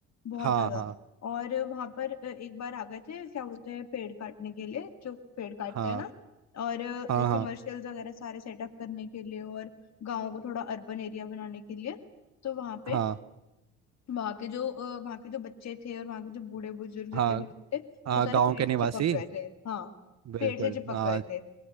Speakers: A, on the left; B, on the right.
A: बहुत
B: हाँ
A: ज्यादा
B: हाँ
A: और वहां पर अ, एक बार आ गए थे क्या बोलते हैं पेड़ काटने के लिए जो पेड़ काटते
B: हाँ
A: हैं ना और
B: हाँ हाँ
A: कमर्शियल्स वगैरह सारे सेटअप करने के लिए और गाँव को थोड़ा अर्बन एरिया बनाने के लिए तो वहां पे
B: हाँ
A: वहां के जो अ, वहां के जो बच्चे थे और वहां के जो बूढ़े बुजुर्ग जितने
B: हाँ
A: भी लोग थे
B: हाँ
A: वो सारे
B: गाँव
A: पेड़
B: के
A: से
B: निवासी
A: चिपक गए थे हाँ
B: बिल्कुल
A: पेड़ से चिपक
B: हाँ
A: गए थे